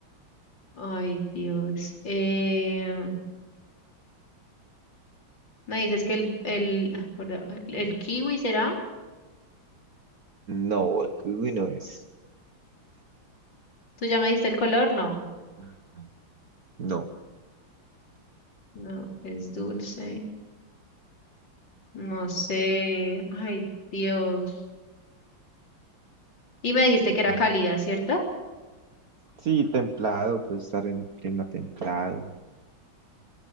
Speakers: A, on the left (about 60°); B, on the right (about 50°).
A: Ay, Dios. Eh, me dices que el, el, ah, por deba- el kiwi será.
B: No, el kiwi no es.
A: ¿Tú ya me dijiste el color? No.
B: Ah, No.
A: No, es dulce. No sé. Ay, Dios. Y me dijiste que era
B: Mm,
A: cálida, ¿cierto?
B: Sí, templado, puede estar en un clima templado,